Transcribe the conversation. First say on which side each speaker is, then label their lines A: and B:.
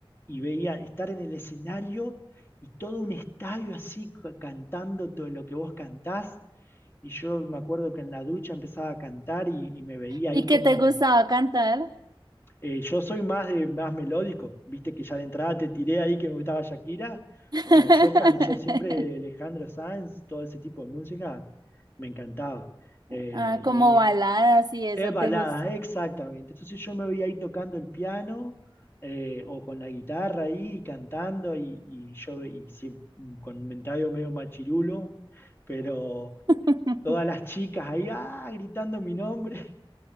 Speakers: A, on the left; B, on the right.
A: y veía estar en el escenario y todo un estadio así cantando todo lo que vos cantás. Y yo me acuerdo que en la ducha empezaba a cantar y, y me veía ahí
B: ¿Y
A: como,
B: qué te gustaba cantar?
A: eh, yo soy más, de, más melódico, viste que ya de entrada te tiré ahí que me gustaba Shakira.
B: <laughs>
A: Bueno, yo can yo siempre Alejandro Sanz, todo ese tipo de música, me encantaba. Eh,
B: Ah,
A: y,
B: como baladas y eso
A: es balada,
B: te gusta.
A: exactamente. Entonces yo me veía ahí tocando el piano eh, o con la guitarra ahí y cantando y, y yo y sie- con mentario medio machirulo, pero
B: <laughs>
A: todas las chicas ahí ah, gritando mi nombre